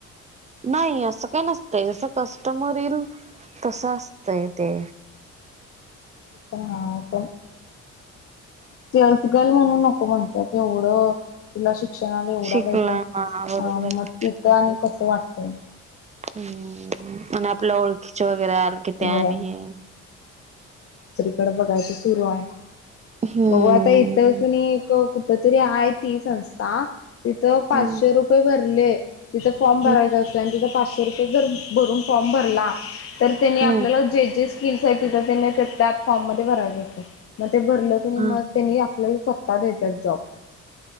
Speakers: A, on the right (about 25°); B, on the left (about 50°).
A: नाही असं काय नसतंय जसं कस्टमर येईल तस असतय ते,
B: <unintelligible> सेल्सगर्ल म्हणून नको म्हणत्यात एवढं तुला शिक शिक्षणाला एवढा
A: शिकला
B: पैसा
A: हा बरोबर
B: आ म
A: आहे
B: तिथं आणि कसं वाटतंय.
A: हम्म म्ह आपल्या ओळखीचे वगैरे आलं कि ते
B: व्हय
A: आणि हे
B: कड बघायचं सुरू हाय
A: हे हम्म
B: बघू आता इथं किणी क कु कुठ तरी हाय ती संस्था तिथं पाचशे
A: हम्म
B: रुपये भरले. तिथं फॉर्म भरायचा
A: हम्म
B: असतोय आणि तिथं पाचशे रुपये जर भरून फॉर्म भरला, तर त्येणी आपल्याला
A: हम्म
B: जे जे स्किल्स आहेत तिथं त्यांनी त्या फॉर्म मध्ये भरायचं असतंय. म ते भरलं कनी
A: हा
B: म तेनी आपल्याला स्वत्ता देत्यात जॉब